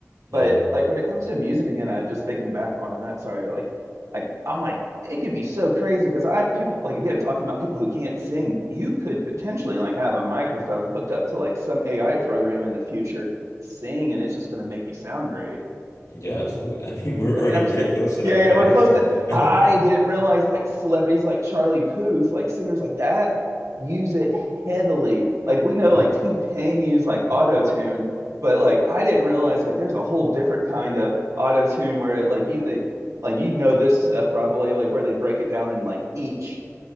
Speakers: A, on the left; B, on the right.
A: Yeah.
B: But like when it comes to music again, I just thinking back onto that, sorry, like like I'm like it could be so crazy because I people like again talking about people who can't sing, you could potentially like have a microphone hooked up to like some AI program in the future sing and it's just going to make you sound great.
A: Yeah, absolutely. <laughs> I mean, we're
B: I
A: already
B: mean, I'm just
A: pretty
B: saying,
A: close to
B: yeah,
A: that with
B: yeah,
A: auto
B: we're close
A: tune,
B: to.
A: but
B: I didn't realize like celebrities like Charlie Puth, like singers like that, use it heavily. Like we know
A: <laughs>
B: like
A: yeah.
B: T-Pain used like auto-tune, but like I didn't realize like there's a whole different kind of auto-tune where it like you they like you know this stuff probably like where they break it down in like each